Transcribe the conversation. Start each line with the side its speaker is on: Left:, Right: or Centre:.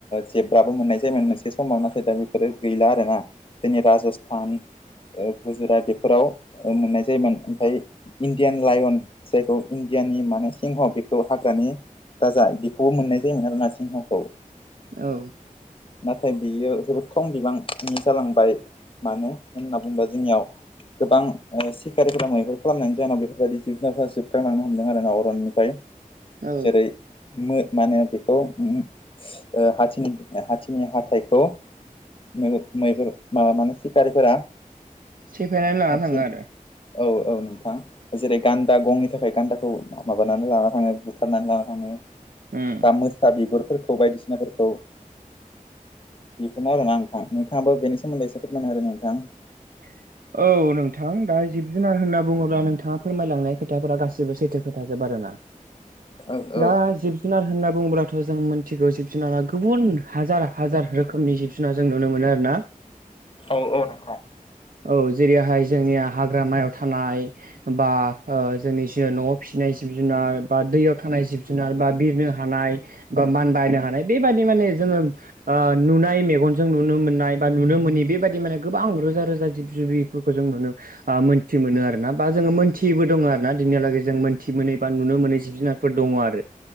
Left: जेबाबो मोननाय जायोमोन मोनसे समाव नाथाय दा बेफोरो गैला आरो ना। जोंनि राजस्थान गुजरात बेफोराव मोननाय जायोमोन ओमफ्राय इण्डियान लाायन जायखौ इण्डियानि माने सिंह बेखौ हाग्रानि दाजाय बेखौबो मोननाय जायोमोन आरोना सिंहखौ
Right: औ
Left: नाथाय बियो जोबोद खम बिबांनि जालांबाय मानो होनना बुङोबा जोंनियाव गोबां ओ सिखारिफोरा मैहुर खालामनायनि जाहोनाव बेफोरबायदि जिब जुबुनारफोरा जोबस्रांलांनो हमदों आरोना अरननिफ्राय
Right: औ
Left: जेरै मो मानो बेखौ ओ हथिनि हाथिनि हाथाइखौ मैहुर मैहुर मा-माने सिखारिफोरा
Right: सेफायनानै लाना
Left: हाथि
Right: थाङो आरो
Left: औ औ नोंथां जेरै गान्दा गंनि थाखाय गान्दाखौ माबानानै लाना थाङो बुथारनानै लाना थाङो
Right: उम
Left: दा मोसा बिगुरफोरखौ बायदिसिनाफोरखौ बेखौनो आरोना नोंथां नोंथाङाब बेनि सोमोन्दै एसे फोरमायना होदो नोंथां
Right: <inaudible> औ नोंथां दा जिब जुनार होनना बुङोब्ला नोंथाङा फोरमायलांनाय खोथाफोरा गासिबो सैथो खोथाजोब आरोना
Left: औ
Right: दा
Left: औ
Right: जिब जिब जुनार होनना बुङोब्लाथ' जों मिथिगौ जिब जुनारा गुबुन हाजार हाजार रोखोमनि जिब सुना जों नुनो मोनो आरोना
Left: औ औ नं
Right: औ जेरैहाय जोंनिया हाग्रामायाव थानाय बा ओ जोंनि जि न'आव फिसिनाय जिब जुनार बा दैयाव थानाय जिब जुनार बा बिरनो हानाय बा मानबायनो हानाय बेबायदि माने जोङो नुनाय मेगनजों नुनो मोननाय बा नुनो मोनोनि बेबायदि माने गोबां रोजा रोज जा जिब जिबिफोरखौ जों नुनो आ मोन्थि मोनो आरोना बा जोङो मोनथियैबो दङो आरोना दिनिहालागै जों मोनथि मोनै बा नुनो मोनै जिब जुनार फोर दङ आरो